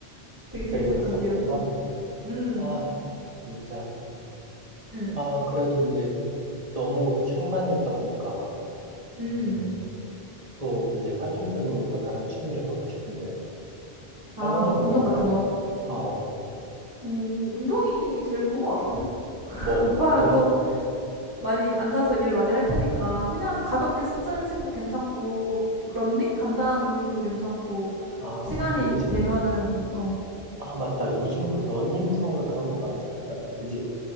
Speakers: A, on the right; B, on the right.
A: 되게 재밌었던
B: 그래서 썼구만.
A: 기억이 있네. 음,
B: 아, 진짜.
A: 음
B: 아, 그래도 이제 너무 책만 읽다 보니까.
A: 음.
B: 음. 또 이제 활동적인 뭔가 다른 취미를 갖고 싶은데
A: 아,
B: 할 만한
A: 막
B: 게
A: 운동
B: 뭐 있나?
A: 같은 거.
B: 어,
A: 오, 운동이 제일 좋은 것 같아. <laughs>
B: 뭐
A: 오빠는
B: 어떤
A: 또
B: 거?
A: 많이 앉아서 일 많이 할 테니까 그냥 가볍게 스트레칭도 괜찮고 런닝 간단한 조깅도 괜찮고
B: 아,
A: 시간이
B: 요즘
A: 되면은 어,
B: 아 맞다. 요즘 그 러닝 크루인가 그런 거 많이 생겼다더라. 그지?